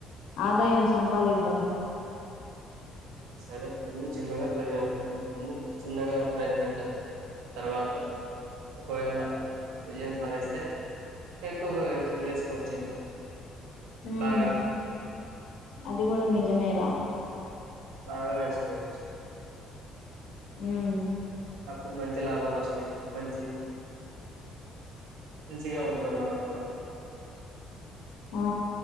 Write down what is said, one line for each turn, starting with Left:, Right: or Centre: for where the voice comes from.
Left: ఆదాయం సంపాదిద్దాం
Right: సరే ముందు చిన్నగా పెరిగే ముందు చిన్నగా ప్రయత్నిద్దాం తర్వాత ఒకవేళా విజయం సాధిస్తే ఎక్కువగా వే ఏసుకోవచ్చు ఇంకా
Left: ఉమ్
Right: బాగా
Left: అది కూడా నిజమేరా
Right: బాగా వేసుకోవచ్చు
Left: ఉమ్మ్
Right: అప్పుడు మంచి లాభాలు వస్తాయి మంచి మంచిగా ఉంటది మనకు కూడా
Left: ఆ